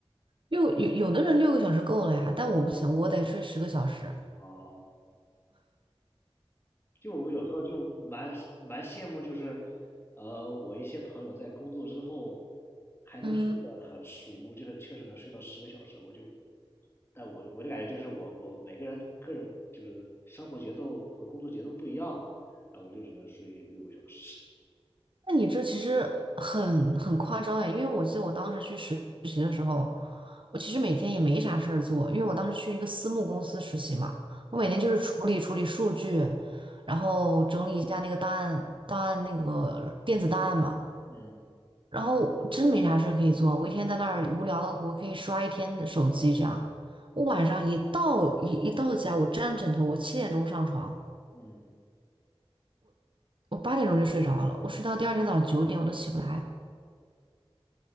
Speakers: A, on the right (about 55°); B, on the left (about 25°).
A: 六有有的人六个小时够了呀，但我不行，我得睡十个小时。
B: 啊。就我有时候就蛮蛮羡慕，就是呃我一些朋友在工作之后还能睡得很熟，
A: 嗯，
B: 就是确实能睡到十个小时，我就但我我就感觉就是我我每个人个人就是生活节奏和工作节奏不一样嘛，然后我就只能睡六个小时。
A: 那你这其实很很夸张哎，因为我记得我当时去实习的时候，我其实每天也没啥事儿做，因为我当时去一个私募公司实习嘛，
B: 嗯
A: 我每天就是处理处理数据，然后整理一下那个档案档案那个电子档案嘛。
B: 嗯
A: 然后真没啥事儿可以做，我一天在那儿无聊的，我可以刷一天的手机这样。我晚上一到一一到家，我沾枕头，我七点钟上床，
B: 嗯，
A: 我八点钟就睡着了，我睡到第二天早上九点我都起不来。